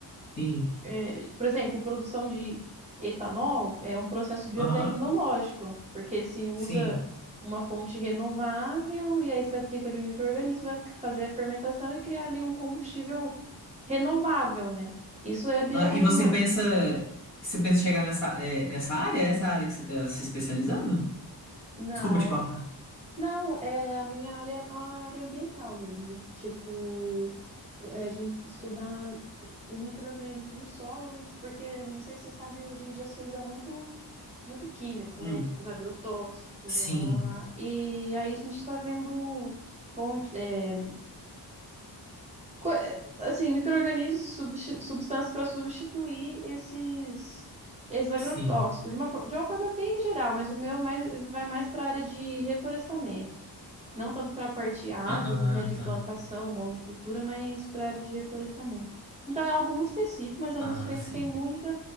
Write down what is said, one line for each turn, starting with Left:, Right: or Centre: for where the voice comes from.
Left: sim.
Right: é, por exemplo, produção de etanol é um processo biotecnológico,
Left: Aham,
Right: porque se usa
Left: sim.
Right: uma fonte renovável e aí se aplica de um micro-organismo, vai fazer a fermentação e criar ali um combustível renovável, né? Isso é biotecno...
Left: Ah, e você pensa, você pensa em chegar nessa, é, nessa área? É Essa área que você tá se especializando?
Right: Não,
Left: Desculpa te cortar.
Right: não, é a minha área, a área ambiental mesmo. Tipo, é a gente estudar os micro-organismos do solo, porque não sei se você sabe, hoje em dia se usa muito muito químico,
Left: Hum.
Right: né? Tipo, os agrotóxicos
Left: Sim,
Right: e lá, lá, lá. E aí a gente está vendo fonte, é, co- é, assim, micro-organismos, substi- substâncias para substituir esses, esses agrotóxicos,
Left: sim.
Right: de uma, fo- de uma forma bem geral, mas o meu mais, vai mais para a área de reflorestamento. Não tanto para a parte agro,
Left: Ah, ah,
Right: né, de
Left: tá.
Right: plantação, monocultura, mas para a área de reflorestamento. Então é algo muito específico, mas ao
Left: Ah,
Right: mesmo tempo
Left: sim.
Right: tem muita